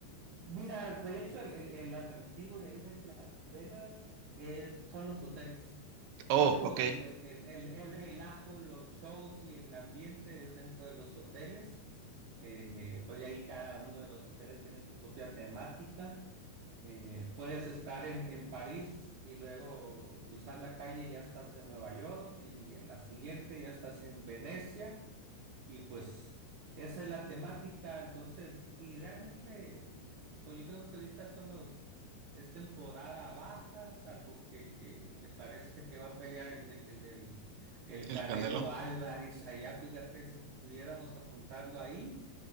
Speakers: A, on the right; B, on the right.
A: Mira, de hecho, el, el- el atractivo de ahí de Las Vegas es, son los hoteles.
B: Oh,
A: Todo
B: ok.
A: el, el, el, el, el relajo, los shows y el ambiente es dentro de los hoteles. Eh, pues de ahí cada uno de los hoteles tiene su propia temática. Eh, puedes estar en, en París y luego cruzar la calle, ya estás en Nueva York y en la siguiente ya estás en Venecia. Y pues esa es la temática, entonces, y realmente, pues pues, yo creo que ahorita son los, es temporada baja, salvo que, que, que parece que va a pelear el, el, el, el- el
B: El
A: Canelo
B: Canelo.
A: Álvarez allá, fíjate, si pudiéramos apuntarlo ahí,